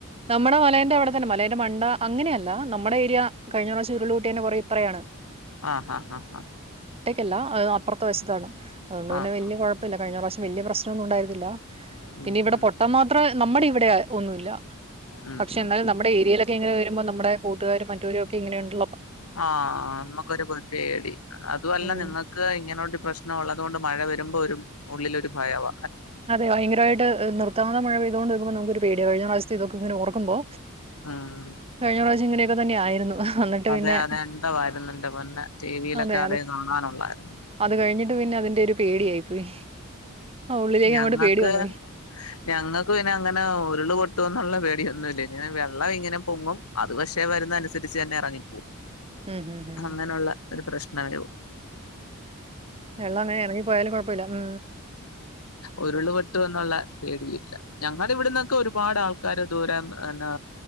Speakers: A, on the right; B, on the left.
A: നമ്മുടെ മലേന്റെ അവിടെ തന്നെ മലേന്റെ മണ്ട അങ്ങനെയ അല്ല ആ നമ്മുടെ ഏരിയ കഴിഞ്ഞ പ്രാവശ്യ ഉരുൾപൊട്ടിയ കുറെ ഇപ്രയാണ്
B: ആ ആ ആ ആ
A: ല്ല അപ്പുത്തെ വശത്താണ് അതുകൊണ്ട് പിന്നെ
B: ആഹ്
A: വലിയ
B: ആഹ്
A: കുഴപ്പമില്ല കഴിഞ്ഞ പ്രാവശ്യം വലിയ പ്രശ്നംന്നും ഉണ്ടായിരുന്നില്ല
B: ഉം
A: പിന്നെ ഇവിടെ
B: ഉം
A: പൊട്ടാൻ മാത്രം നമ്മുടെ ഇവിടെ ഒന്നുല്ല
B: ഉം
A: പക്ഷെ
B: ഉം
A: എന്നാലും നമ്മുടെ ഏരിയയിലൊക്കെ ഇങ്ങനെ വരുമ്പോ നമ്മുടെ കൂട്ടുകാരും മറ്റവരും ഒക്കെ ഇങ്ങനെ ഉണ്ട
B: ആ നമ്മുക്കൊരു കുതിപ്പേടി അതുമല്ല
A: ഉം
B: നിങ്ങക്ക് ഇങ്ങനോട് പ്രശ്നം ണം ഉള്ളതുകൊണ്ട് മഴ വരുമ്പോ ഒരു ഉള്ളിലൊരു ഭയവ
A: അതെ ഭയങ്കരായിട്ട്നിർത്താതെ മഴ പെയ്തോട്ട് നിക്കുപ്പോ നമുക്ക്ഒരു പേടിയാ കഴിഞ്ഞ പ്രാവശത്തെ ഇതോക്കെങ്ങനെ ഓർക്കുമ്പോ
B: ഉം
A: കഴിഞ്ഞ പ്രാവശ്യം ഇങ്ങനെയൊക്കെ തന്നെ ആയിരുന്നു എന്നിട്ട്
B: അതെ
A: പിന്നെ
B: അതെ എന്താ വരുന്നു ഇന്റെ പൊന്നെ ടി വിയിലൊക്കെ
A: അതെ
B: അതേ
A: അത്
B: കാണാനൊള്ളായിരുന്നു
A: അത് കഴിഞ്ഞിട്ട് പിന്നെ അതിന്റെ ഒരു പേടിയായി പോയി ഉള്ളിലേക്ക്
B: ഞങ്ങൾക്ക്
A: അങ്ങോട്ട് പേടി വന്നു പോയി
B: ഞങ്ങക്ക് പിന്നെ അങ്ങനെ ഉരുള് പൊട്ടു ന്നുള്ള പേടിയൊന്നു ഇല്ലേനി ന്നാ വെള്ളം ഇങ്ങനെ പൊങ്ങും അത് പക്ഷേ വരുന്നനുസരിച്ചന്നെ ഇറങ്ങിപ്പോകും
A: ഉം ഉം ഉം
B: അങ്ങനെള്ള ഒരു പ്രശ്നേ യെ
A: വെള്ളമേ ഇറങ്ങി പോയാലും കുഴപ്പല്ല ഉം
B: ഉരുള് പൊട്ടുന്നുള്ള പേടിയില്ല ഞങ്ങള ഇവിടന്നൊക്കെ ഒരുപാട് ആൾക്കാര് ദൂരം എഞ്ഞാ